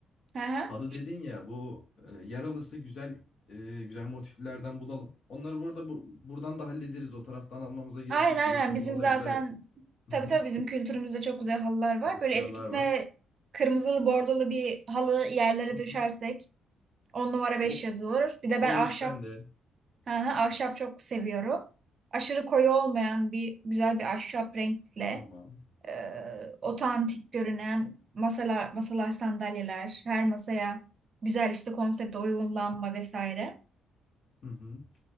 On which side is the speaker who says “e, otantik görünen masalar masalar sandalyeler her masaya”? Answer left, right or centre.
Right